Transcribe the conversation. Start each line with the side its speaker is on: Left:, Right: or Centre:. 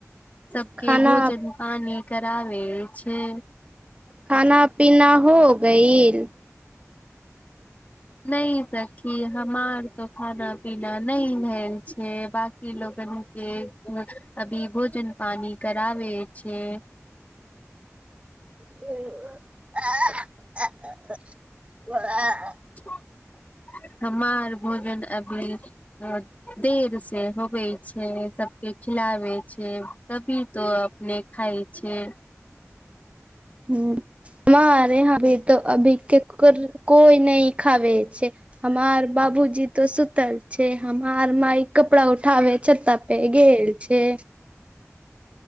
Left: सबके
Right: खाना
Left: भोजन पानी कराबे छै
Right: खाना पीना हो गईल
Left: नहि सखी हमार तो खाना पीना नहि भेल छै बांकी लोगनके अभी भोजन पानी कराबे छै
Right: ओ <unintelligible>
Left: <unintelligible> हमार भोजन अभी देर से होबे छै सब के खिलाबे छै तभी तो अपने खाइ छै
Right: हू हमार यहाँ भी तऽ अभी केकर कोई नाइ खाबे छै हमार बाबूजी त सुतल छै हमार माइ कपड़ा उठाबे छतापे गेल छै